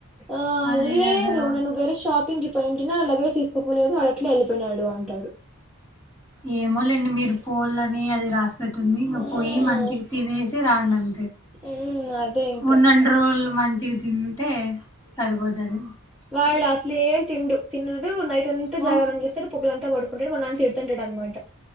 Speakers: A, in the centre; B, on the left.
A: అ
B: అదే
A: లేదు
B: కదా
A: నేను వేరే షాప్ కి పోయింటిన లాగేజ్ తీసుకోపోలేదు వాడు అట్లీ వెళ్లిపోయినాడు అంటడు
B: ఏమోలేండి మీరు పోలని అది రాసు పెట్టుంది ఆ
A: మ్మ్
B: పొయ్యి మంచికి తినేసి రాడం
A: మ్మ్ అదే ఇంకా
B: ఉన్నండు రోజులు మంచి తింటే సరిపోతాది
A: వాళ్ళు అసలే ఏం తిండు తిడు నైట్ అంత
B: ఆ
A: జాగర చేస్తారు పొగులంతా పడుకుంటాడు మళ్ళ అంత తడు అంటాడు అనమాట